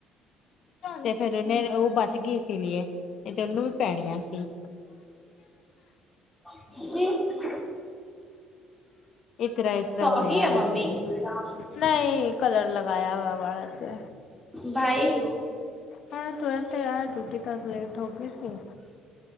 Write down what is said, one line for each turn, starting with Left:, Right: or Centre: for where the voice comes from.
Left: ਤੇ ਫੇਿਰ ਉਹਨੇ ਉਹ ਬਚ ਗਈ ਇਸ ਲਈਏ ਇਹ ਤੇ ਉਹਨੂੰ ਵੀ ਪੈਣੀਆਂ ਸੀ
Centre: <unintelligible>
Left: ਇਸਤਰਾ ਇਸਤਰਾ੍ਹਾਂ
Centre: ਸੌ
Left: ਹੋਇਆ ਵਾ
Centre: <unintelligible>
Left: ਨਹੀਂ ਕਲਰ ਲਗਾਇਆ ਹੋਆ ਬੜਾ ਤੇ
Centre: ਭਾਈ
Left: ਹੁਣ ਤੁਰੰਤ ਆ ਡਿਊਟੀ ਤੋਂ ਲੇਟ ਹੋ ਗਈ ਸੀ